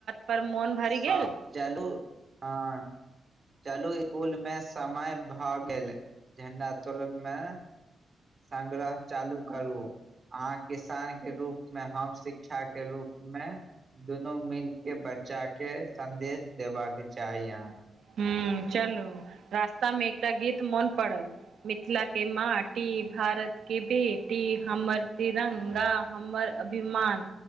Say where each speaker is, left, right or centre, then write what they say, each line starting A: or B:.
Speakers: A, on the right; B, on the right.
A: पर मोन भरी
B: सब
A: गेल
B: चलू आऽ चलू <inaudible> स्कूल मे समय भए गेल झण्डा तोलन मे संग्रह चालू करू अहाँ किसान के रूप में हम शिक्षा के रूप में दुनू मिलके बच्चा के संदेश देबा के चाही अहाँके
A: हूं चलू रास्ता मे एकटा गीत मोन पड़ल मिथिला के माटी भारत के बेटी हमर तिरंगा हमर अभिमान